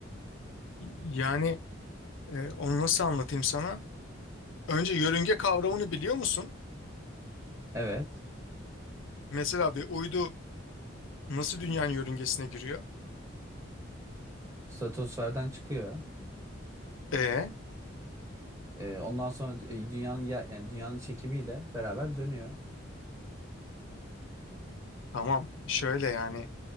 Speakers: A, on the left; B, on the right.
A: Yani e, onu nasıl anlatayım sana? Önce yörünge kavramını biliyor musun?
B: evet.
A: Mesela bir uydu nasıl dünyanın yörüngesine giriyor?
B: Stratosferden çıkıyor.
A: E
B: Ee, ondan sonra e, dünyanın yer- yani dünyanın çekimiyle beraber dönüyor.
A: tamam şöyle yani